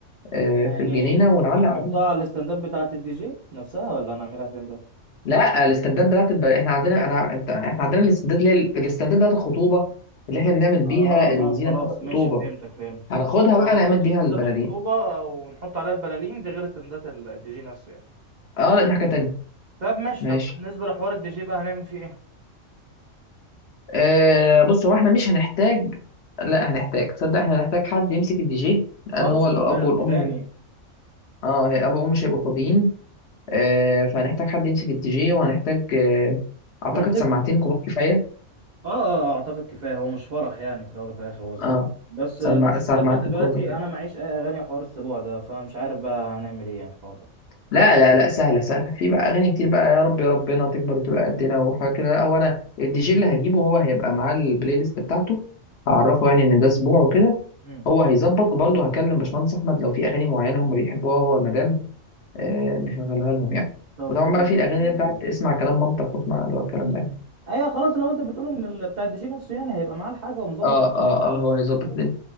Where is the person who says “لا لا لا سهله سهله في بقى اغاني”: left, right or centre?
Left